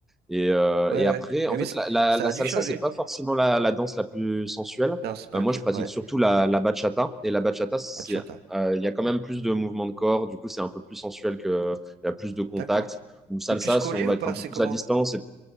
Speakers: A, in the centre; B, on the right (about 70°).
A: Et, euh,
B: Ouais,
A: et
B: ouais.
A: après, en
B: Mais,
A: fait,
B: mais ça,
A: la, la,
B: ça
A: la
B: a
A: salsa,
B: dû changer.
A: c'est pas forcément la, la danse la plus sensuelle.
B: Non, c'est pas
A: Euh,
B: le
A: moi,
B: pire.
A: je pratique
B: Ouais.
A: surtout la, la bachata. Et la bachata, c'est,
B: Bachata.
A: euh, il y a quand même plus de mouvements de corps. Du coup, c'est un peu plus sensuel que, il y a plus de contact.
B: D'accord.
A: Ou salsa,
B: T'es plus collé
A: on va
B: ou
A: être
B: pas?
A: un peu
B: C'est
A: plus
B: comment?
A: à distance.